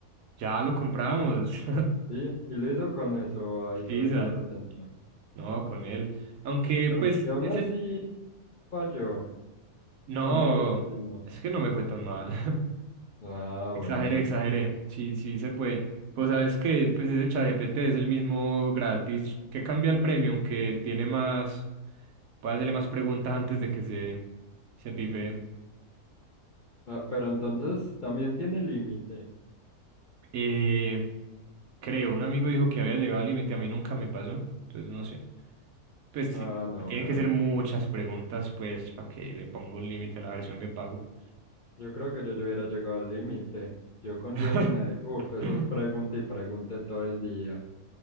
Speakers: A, on the right; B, on the left.
A: Ya lo compramos. <laughs>
B: Sí, y lo hizo con eso, ahí todavía
A: Sí, sa-
B: no lo tenía.
A: No, con él. Aunque,
B: Y,
A: pues,
B: aún- y aún
A: ese...
B: así falló,
A: No,
B: aún así alucinó.
A: es que no me fue tan mal. <laughs>
B: Ah,
A: Exageré,
B: bueno.
A: exageré. Sí, sí se puede. Pues sabes que pues ese ChatGPT es el mismo gratis que cambia el premium, que tiene más, puede hacerle más preguntas antes de que se, se pife.
B: Ah, pero entonces también tiene límite.
A: Eh, creo, un amigo dijo que había llegado al límite, a mí nunca me pasó, entonces no sé. Pues sí,
B: Ah, no,
A: tienen
B: pero
A: que ser muchas preguntas, pues, para que le ponga un límite a la versión de pago.
B: yo creo que yo ya hubiera llegado al límite. Yo con
A: <laughs>
B: Gemini, uff, eso es pregunta y pregunta todo el día.